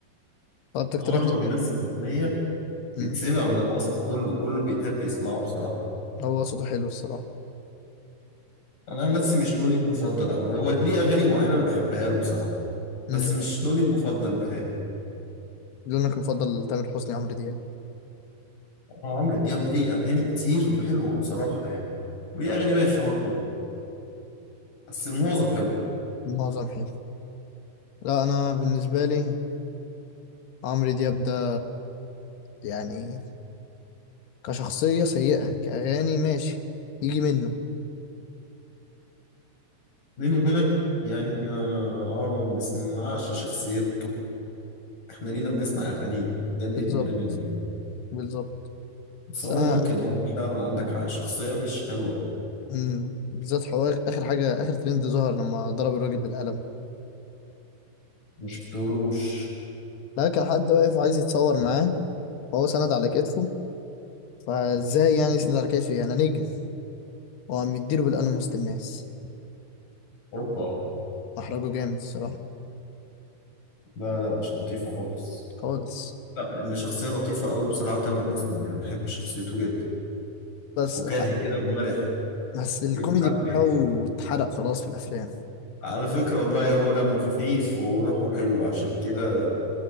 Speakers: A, on the left; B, on the left.
A: طب تقترح
B: هو لما
A: لي
B: بينزل
A: مين؟
B: اغنيه
A: مم.
B: بتسمع من الوسط كله كله بيحب يسمعه بصراحه
A: هو صوته حلو الصراحه
B: انا عن نفسي مش لوني المفضل او هو ليه اغاني معينه انا بحبها له بصراحه
A: مم.
B: بس مش لوني المفضل بهاء
A: لونك المفضل تامر حسني عمرو دياب
B: آه، عمرو دياب ليه اغاني كتير وحلوه بصراحه يعني وليه اغاني بايخه برضه بس المعظم حلو
A: معظم حلو لا انا بالنسبه لي عمرو دياب ده يعني كشخصيه سيئه كاغاني ماشي يجي منه
B: بيني وبينك يعني احنا اه ما بنسمعش شخصيته احنا لينا بنسمع اغانيه ده اللي
A: بالظبط
B: يهمنا منه
A: بالظبط
B: بس
A: بس
B: هو
A: انا
B: ممكن اه فعلا عندك حق شخصية مش حلوة
A: مم، بالذات حوار اخر حاجه اخر ترند ظهر لما ضرب الراجل بالقلم
B: ما شفتهولوش
A: لا كان حد واقف عايز يتصور معاه وهو سند على كتفه فازاي يعني يسند على كتفي يعني نجم وعم يديله بالقلم وسط الناس
B: اوبا
A: محرجه جامد الصراحه
B: لا لا مش لطيفة خالص
A: خالص
B: لا اللي شخصية لطيفة قوي بصراحة تامر حسني انا بحب شخصيته جدا
A: بس
B: فكاهي كده ومرح
A: بس الكوميدي
B: ويتحب
A: بتاعه
B: يعني.
A: اتحرق خلاص في الافلام
B: على فكرة والله هو دمه خفيف وروحه حلوة عشان كده